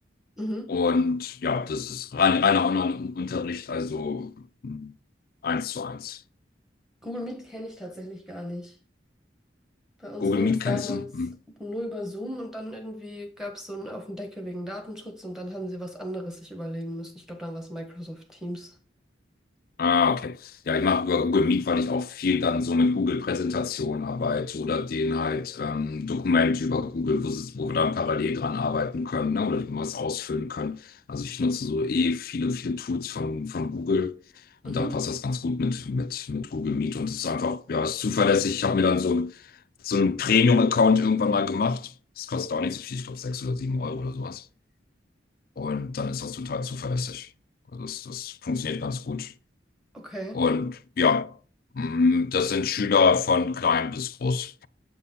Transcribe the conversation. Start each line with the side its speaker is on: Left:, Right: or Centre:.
Centre: Mhm.
Left: Und ja, das ist rein, reiner Online-Unterricht, also mh, eins zu eins.
Centre: Google Meet kenne ich tatsächlich gar nicht. Bei uns
Left: Google
Centre: ging
Left: Meet
Centre: das
Left: kennst
Centre: damals
Left: du? Hm.
Centre: nur über Zoom und dann irgendwie gab es so einen auf den Deckel wegen Datenschutz und dann haben sie was anderes sich überlegen müssen. Ich glaube, dann war es Microsoft Teams.
Left: Ah, okay. Ja, ich mache über Google Meet, weil ich auch viel dann so mit Google-Präsentationen arbeite oder denen halt ähm, Dokumente über Google, wo, sie- wo wir dann parallel dran arbeiten können, ne? Oder die wir was ausfüllen können. Also ich nutze so eh viele, viele Tools von, von Google und
Centre: Mhm.
Left: dann passt das ganz gut mit, mit, mit Google Meet und es ist einfach, ja, es ist zuverlässig. Ich habe mir dann so, ein- so einen Premium-Account irgendwann mal gemacht. Das kostet auch nicht so viel, ich glaube sechs oder sieben Euro oder sowas. Und dann ist das total zuverlässig. Also das, das funktioniert ganz gut.
Centre: Okay.
Left: Und ja, mm, das sind Schüler von klein bis groß.